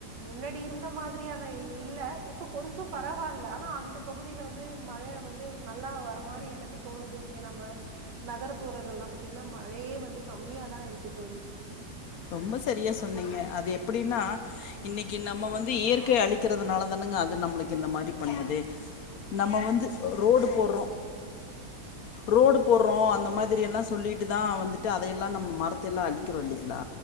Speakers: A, on the right; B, on the left.
A: முன்னாடி இருந்த மாதிரியான இல்ல இப்ப கொஞ்சோ பரவால்ல ஆனா அந்த பகுதியில வந்து மழ வந்து நல்லா வர மாரி எனக்கு தோணுது இங்க நம்ம நகர்புறங்கள்லா பத்தீங்கன்னா மழையே வந்துக் கம்மியாதான் இருக்கு தோழி
B: ரொம்ப சரியா சொன்னீங்க அது எப்படின்னா இன்னைக்கு நம்ம வந்து இயற்கை அழிக்கிறதுனால தானுங்க அது நம்மளுக்கு இந்த மாரி பண்ணுதே நம்ம வந்து ரோடு போறோம் ரோடு போடுறோம் அந்த மாதிரி எல்லா சொல்லிட்டு தான் வந்துட்டு அதையெல்லா நம்ம மரத்தை எல்லா அழிக்கிறோம் இல்லைய கிலா